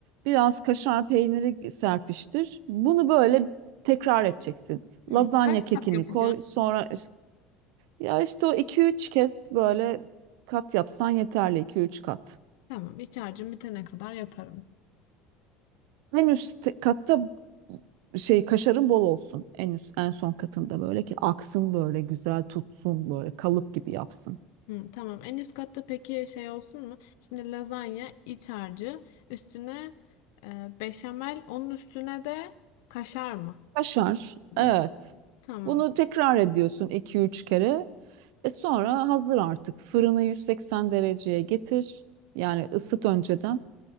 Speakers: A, on the right; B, on the left.
A: Biraz kaşar peyniri serpiştir. Bunu böyle tekrar edeceksin.
B: Hmm.
A: Lazanya
B: Kaç
A: kekini
B: kat yapacağım?
A: koy. Sonra ya işte o iki üç kez böyle kat yapsan yeterli iki üç kat.
B: Tamam. İç harcım bitene kadar yaparım.
A: En üst te- katta şey kaşarın bol olsun. En üst en son katında böyle ki aksın böyle güzel tutsun böyle kalıp gibi yapsın.
B: Hı, tamam. En üst katta peki şey olsun mu? Şimdi lazanya iç harcı, üstüne e, beşamel, onun üstüne de kaşar mı?
A: Kaşar.
B: Dedim.
A: Evet.
B: Tamam.
A: Bunu tekrar ediyorsun iki üç kere. E sonra hazır artık. Fırını 180 dereceye getir. Yani ısıt önceden.